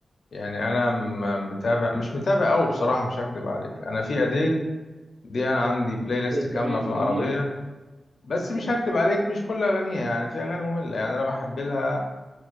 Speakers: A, on the left (about 70°); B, on the right (about 70°).
A: يعني انا م- متابع مش متابع قوي بصراحه مش هكدب عليك انا في
B: مم.
A: اديل دي انا عندي بلاي ليست
B: ده
A: كامله
B: تمام
A: في العربيه
B: جميلة
A: بس مش
B: مم.
A: هكتب عليك مش كل اغانيها يعني في اغاني ممله يعني انا بحب لها